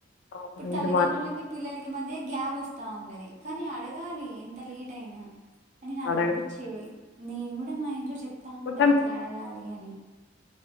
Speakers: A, on the left (about 60°); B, on the right (about 40°).
A: అవును.
B: ఇప్పుడు తలిండులకి
A: ఇది మాత్రం
B: పిల్లలరి మద్ య గ్యాబ్ వస్తా ఉన్నది కానీ అడగాలి ఎంత లేట్ అయినా అని నాకు
A: అడగక
B: అనిపించేది. నేను గు డ మా ఇంట్లో చెప్తా ఉంటా
A: కొంచెం
B: ఇట్లా అడగాలి అని